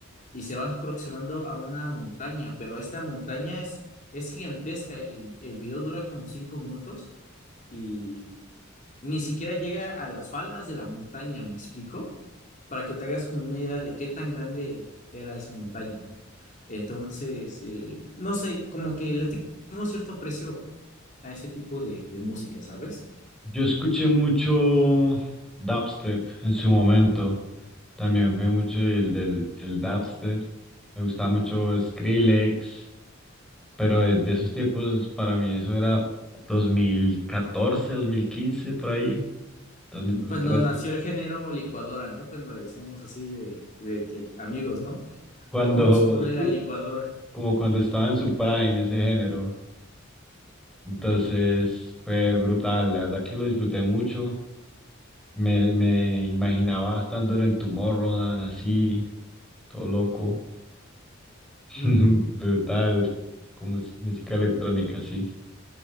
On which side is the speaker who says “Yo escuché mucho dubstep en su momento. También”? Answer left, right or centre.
Centre